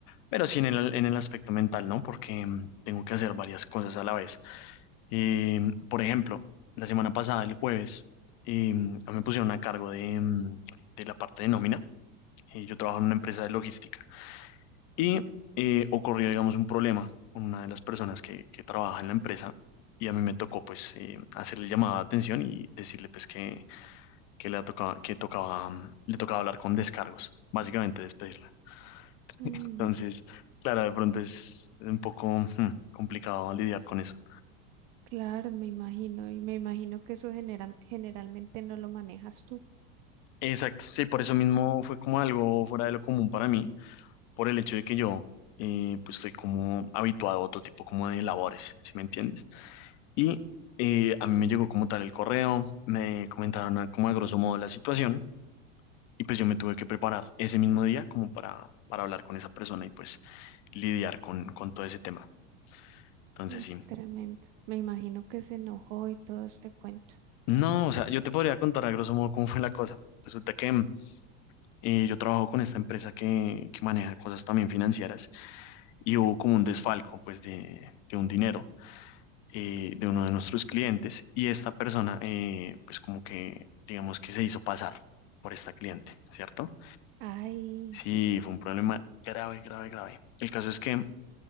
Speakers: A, on the left; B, on the right.
A: pero sí en el, en el aspecto mental, ¿no? Porque mm, tengo que hacer varias cosas a la vez. Eh, por ejemplo, la semana pasada, el jueves, eh, a mí me pusieron a cargo de, mm, de la parte de nómina. Eh, yo trabajo en una empresa de logística y eh, ocurrió, digamos, un problema con una de las personas que, que trabaja en la empresa y a mí me tocó, pues, eh, hacerle llamada de atención y decirle, pues, que, que, le tocaba, que tocaba, mm, le tocaba hablar con descargos, básicamente despedirla.
B: Mm,
A: Entonces, claro, de pronto es un poco hmm, complicado lidiar con eso.
B: claro, me imagino. Y me imagino que eso genera- generalmente no lo manejas tú.
A: Exacto, sí, por eso mismo fue como algo fuera de lo común para mí, por el hecho de que yo eh, pues estoy como habituado a otro tipo como de labores, si me entiendes? Y eh, a mí me llegó como tal el correo, me comentaron a- como a grosso modo la situación y pues yo me tuve que preparar ese mismo día como para, para hablar con esa persona y pues lidiar con, con todo ese tema. Entonces
B: Mm,
A: sí,
B: tremendo. Me imagino que se enojó y todo este cuento.
A: No, o sea, yo te podría contar a grosso modo cómo fue la cosa. Resulta que mm, eh, yo trabajo con esta empresa que, que maneja cosas también financieras y hubo como un desfalco, pues, de, de un dinero eh, de uno de nuestros clientes y esta persona, eh, pues, como que, digamos que se hizo pasar por esta cliente, ¿cierto?
B: Ay,
A: Sí, fue un problema grave, grave, grave. El caso es que